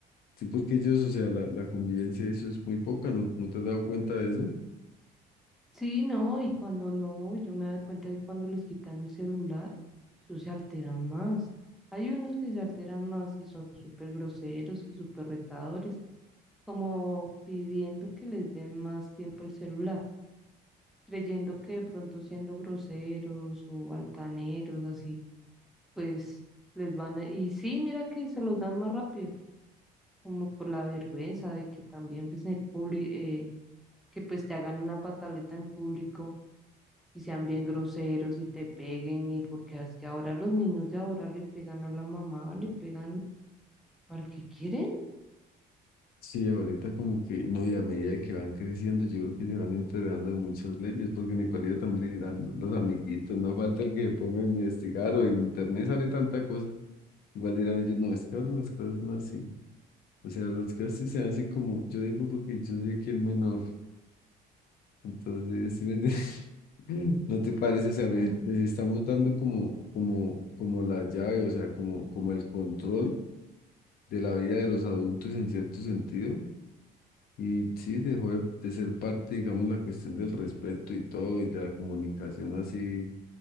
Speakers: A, on the left (about 60°); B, in the centre.
A: sí, porque ellos, o sea, la, la convivencia, eso es muy poca, ¿no, no te has dado cuenta de eso?
B: Sí, no, y cuando no, yo me doy cuenta que cuando les quitan el celular, eso se alteran más. Hay unos que se alteran más y son súper groseros y súper retadores, como pidiendo que les den más tiempo el celular, creyendo que de pronto siendo groseros o altaneros, así, pues les van a... Y sí, mira que se los dan más rápido, como por la vergüenza de que también pues, en el público que pues te hagan una pataleta en público y sean bien groseros y te peguen y porque es que ahora los niños de ahora le pegan a la mamá, le pegan al que quieren.
A: Sí, ahorita como que, no, y a medida que van creciendo, yo creo que se van enterando de muchas leyes, porque en el colegio también le dirán ¿no? los amiguitos, no falta el que se ponga a investigar o en internet sale tanta cosa, igual dirán ellos, no, es que ahora las cosas son así, o sea, las cosas sí se hacen como, yo digo porque yo soy aquí el menor, entonces, ¿sí me entiendes? <laughs> ¿No te parece? O sea, les,
B: Claro,
A: les estamos dando como, como, como la llave, o sea, como, como el control de la vida de los adultos en cierto sentido Y sí, dejó de, de ser parte, digamos, la cuestión del respeto y todo, y de la comunicación así